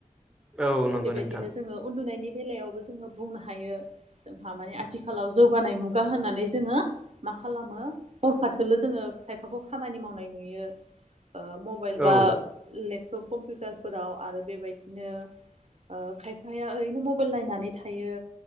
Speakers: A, in the centre; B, on the right.
A: औ नंगौ
B: बेबायदिनो
A: नोंथां
B: जोङो उनदुनायनि बेलायावबो जोङो बुंनो हायो। जोंहा माने आथिखालाव जौगानाय मुगा होनानै जोङो मा खालामो हरफा फाथो जोङो खायफाखौ खामानि मावनाय नुयो ओ मबाइल बा
A: औ
B: लेपटप कम्पिउटारफोराव आरो बेबायदिनो ओ खायफाया ओरैनो मबाइल नायनानै थायो।